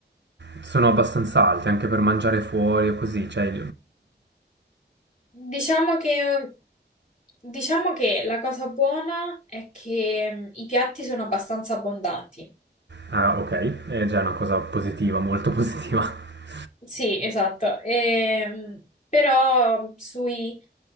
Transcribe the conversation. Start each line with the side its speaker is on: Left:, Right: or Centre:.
Right: Sono abbastanza alti anche per mangiare fuori o così, cioè...
Left: Diciamo che, diciamo che la cosa buona è che mm, i piatti sono abbastanza abbondanti.
Right: Ah, ok, è già una cosa positiva, molto positiva. <laughs>
Left: Sì, esatto. Ehm, però sui...